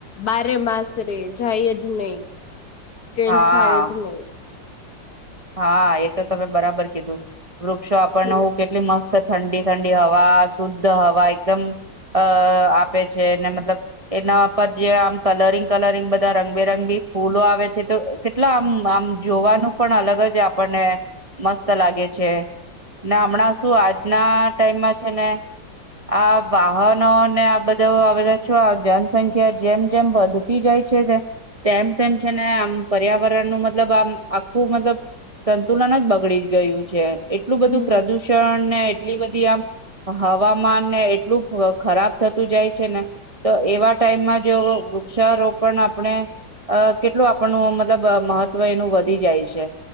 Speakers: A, on the left; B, on the right.
A: બારે માસ રે જાય જ નહી. ચેન્જ
B: હા
A: થાય જ નહી.
B: હા એ તો તમે બરાબર કીધું વૃક્ષો આપણને
A: હમ
B: હું કેટલી મસ્ત. ઠંડી ઠંડી હવા શુદ્ધ હવા એકદમ અ આપે છે મતલબ એના પર જે આમ કલરિંગ કલરિંગ બધા રંગબેરંગ બી ફૂલો આવે છે તો કેટલા આમ આમ જોવાનું પણ અલગ મગજ આપણને મસ્ત લાગે છે. ને હમણાં શું આજના ટાઈમમાં છેને આ વાહનો ને આ બ ધા આવે છો જનસંખ્યા જેમ જેમ વધતી જાય છે તેમ તેમ છે ને આમ પર્યાવરણ નું મતલબ આમ આખું મતલબ સંતુલન જ બગડી ગયું છે. એટલું
A: હમ
B: બધું પ્રદૂષણ ને એટલી બધી આમ હવામાન ને એટલું ખરાબ થતું જાય છે ને તો એવા ટાઈમમાં જો વૃક્ષારોપણ આપણે અ કેટલું આપણનું મતલબ મહત્વ એનું વધી જાય છે.